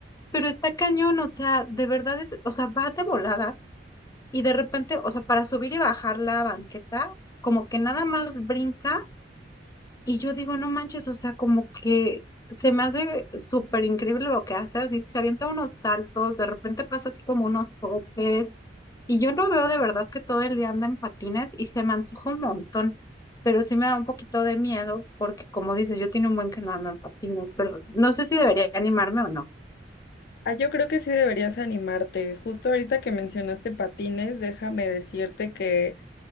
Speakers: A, on the left; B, on the left.
A: pero está cañón, o sea, de verdad es, o sea, va de volada y de repente, o sea, para subir y bajar la banqueta, como que nada más brinca y yo digo, no manches, o sea, como que se me hace súper increíble lo que hace, así se avienta unos saltos, de repente pasa así como unos topes, y yo no veo de verdad que todo el día anda en patines y se me antoja un montón, pero sí me da un poquito de miedo porque como dices, yo tiene un buen que no ando en patines, pero no sé si debería animarme o no.
B: Ah, yo creo que sí deberías animarte. Justo ahorita que mencionaste patines, déjame decirte que